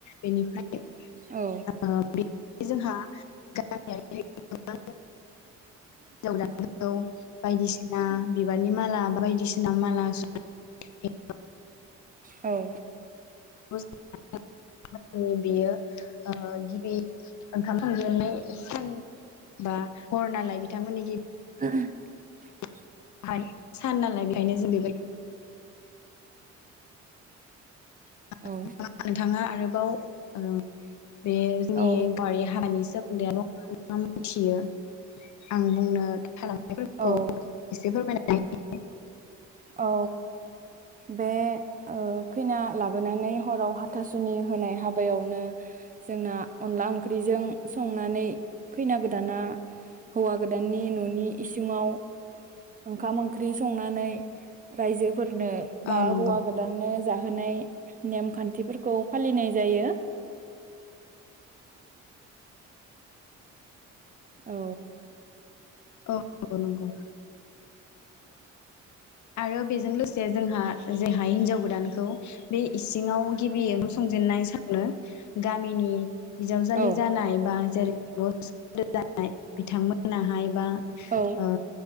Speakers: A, on the left (about 70°); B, on the right (about 25°).
A: बेनिफ्राय
B: औ
A: <unintelligible> ओ बे जोंहा <unintelligible> हिनजाव गोदानखौ बायदिसिना बिबारनि माला बायदिसिना माला <unintelligible>
B: औ
A: <unintelligible> बियो ओ गिबि ओंखाम थांजेननाय सान बा हर नालाय बिथांमोननि गि
B: <inaudible>
A: <unintelligible> सान नालाय बेखायनो जों बेबायदि <unintelligible>
B: औ
A: नोंथाङा आरो बाव ओ बे जोंनि
B: औ
A: बवारि हानि सोमोन्दै आरोबाव मा मा मोनथियो? आं बुंनो थालांनायफोरखौ
B: औ
A: एसे फोरमायना <unintelligible>
B: औ बे ओ खैना लाबोनानै हराव हाथासुनि होनाय हाबायावनो जोंना अनला ओंख्रिजों संनानै खैना गोदाना हौवा गोदाननि न'नि इसिङाव ओंखाम ओंख्रि संनानै रायजो फोरनो बा
A: औ नंगौ
B: हौवा गोदाननो जाहोनाय नेमखान्थिफोरखौ फालिनाय जायो। औ
A: औ नंगौ नंगौ। आरो बेजों लोगोसे जोंहा जेहाय हिनजाव गोदानखौ बे इसिङाव गिबि ओंखाम संजेननाय सानो गामिनि बिजावजालि
B: औ
A: जानाय बा <unintelligible> जानाय बिथांमोनाहाय बा
B: औ
A: ओ